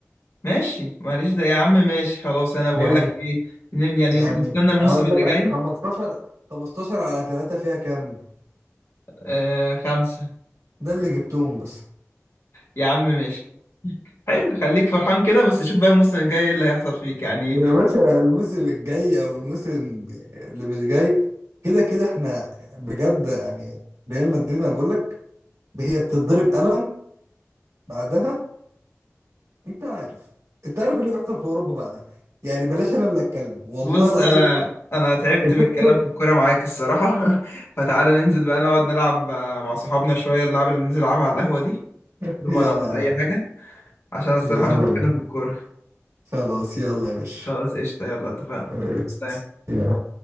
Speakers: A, on the left; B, on the right.
A: ماشي معلش ده يا عم ماشي خلاص انا بقول
B: يعني
A: لك ايه ن- يعني
B: يعني
A: نستنى الموسم
B: اقول
A: اللي
B: لك
A: جاي
B: ع- 15 15 على 3 فيها كام
A: آه خمسة
B: ده اللي جبتهم بس
A: يا عم ماشي حلو خليك فرحان كده بس شوف بقى الموسم الجاي ايه اللي هيحصل فيك يعني
B: يا باشا الموسم الجاي او الموسم اللي مش جاي كده كده احنا بجد يعني ريال مدريد انا بقول لك هي بتتضرب قلم بعدها انت عارف انت عارف اللي بيحصل في اوروبا بعدها يعني بلاش انا اللي اتكلم والله
A: بص
B: العظيم
A: انا انا تعبت
B: الفكرة
A: من الكلام في الكورة معاك الصراحة <laughs> فتعالى ننزل بقى نقعد نلعب آه، مع صحابنا شوية اللعب اللي بننزل نلعبها على القهوة دي
B: <laughs>
A: دومنا
B: يلا
A: ولا
B: يا عم
A: اي حاجة عشان الصراحة
B: يلا يا
A: مش عارف اتكلم
B: باشا
A: في الكورة
B: خلاص يلا يا باشا
A: خلاص قشطة يلا اتفقنا
B: عرفت
A: سلام.
B: يا رب